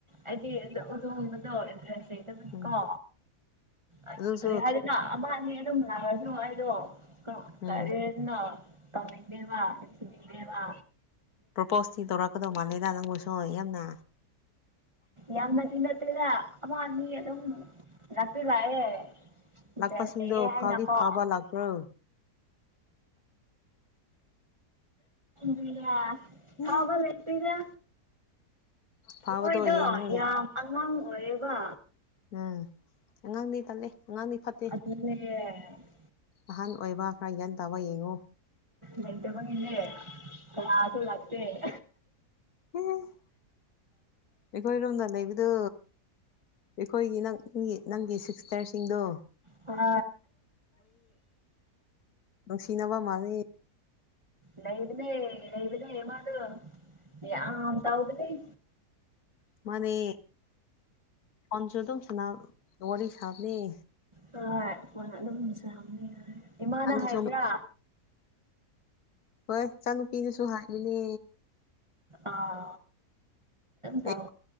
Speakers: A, on the right; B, on the left.
A: ꯑꯩꯗꯤ ꯎꯗꯣꯡꯕꯗꯣꯟꯇ꯭ꯔꯁ ꯅꯤꯀꯣ
B: ꯎꯝ
A: ꯑ
B: ꯑꯗꯨꯁꯨ
A: ꯀꯔꯤ ꯍꯥꯏꯗꯅ ꯑꯃꯅꯤ ꯑꯗꯨꯝ ꯂꯥꯛꯑꯁꯨ ꯑꯩꯗꯣ ꯀ
B: ꯎꯝ
A: ꯀꯥꯔꯅꯣ ꯇꯃꯤꯦ ꯋꯥ ꯆꯦ ꯋꯥ
B: ꯄ꯭ꯔꯣꯄꯣꯁꯇꯤ ꯇꯧꯔꯛꯀꯗꯧ ꯃꯥꯜꯂꯦꯗ ꯅꯪꯕꯨꯁꯨ ꯌꯥꯝꯅ
A: ꯌꯥꯝꯅꯗꯤꯤ ꯅꯠꯇꯦꯅ ꯑꯃ ꯑꯅꯤ ꯑꯗꯨꯝ ꯉꯥꯛꯛꯇꯤ ꯂꯥꯛꯑꯦ ꯏꯗꯦ
B: ꯂꯥꯛꯄꯁꯤꯡꯗꯣ
A: ꯍꯥꯏꯅ
B: ꯐꯥꯎꯗꯤ
A: ꯀꯣ
B: ꯐꯥꯕ ꯂꯥꯛꯄ꯭ꯔꯣ
A: ꯕꯤꯂ
B: ꯑꯦ
A: ꯍꯥꯎꯒ ꯂꯦ ꯄꯤꯗ
B: ꯐꯥꯕꯗꯣ
A: ꯃꯣꯏꯗꯣ
B: ꯌꯦꯡꯉꯒ
A: ꯌꯥꯝ ꯑꯉꯥꯡ ꯑꯣꯏꯌꯦꯕ
B: ꯎꯝ ꯑꯉꯥꯡꯗꯤ ꯇꯠꯂꯦ ꯑꯉꯥꯡꯗꯤ ꯐꯠꯇꯦ
A: ꯑ <inaudible>
B: ꯑꯍꯥꯟ ꯑꯣꯏꯕ ꯈꯔ ꯚ꯭ꯌꯥꯟ ꯇꯥꯕ ꯌꯦꯡꯉꯨ
A: ꯃꯇ ꯃꯅꯤ ꯏꯦ ꯀꯁꯨꯣ ꯂꯥꯛꯇꯦ <inaudible>
B: ꯎꯝ ꯑꯩꯈꯣꯏꯔꯣꯝꯗ ꯂꯩꯕꯗꯣ ꯑꯩꯈꯣꯏꯒꯤ ꯅꯪꯒꯤ ꯅꯪꯒꯤ ꯁꯤꯁꯇꯔꯁꯤꯡꯗꯣ
A: f <unintelligible>
B: ꯅꯨꯡꯁꯤꯅꯕ ꯃꯥꯜꯂꯦ
A: ꯅꯩꯕꯅꯦꯦ ꯅꯩꯕꯅꯦ ꯃꯥꯗꯨ ꯌꯥ ꯑꯇ ꯍꯒꯅꯤ
B: ꯃꯥꯅꯦ ꯑꯟꯁ ꯇꯧꯁ ꯅ ꯋꯥꯔꯤꯔꯤ ꯁꯥ ꯍꯥꯕꯅꯦ
A: ꯍꯣꯏ ꯐꯣꯟ ꯑꯗꯨꯝ ꯆꯝꯅꯤ ꯏꯃꯥꯅ
B: ꯅꯪꯒꯤꯁꯨ
A: ꯍꯥꯏꯕ꯭ꯔꯥ
B: ꯍꯣꯏ ꯏꯅꯨꯄꯤꯅꯁꯨ ꯍꯥꯕꯅꯦ
A: ꯑꯥ ꯇꯅ
B: ꯑꯩ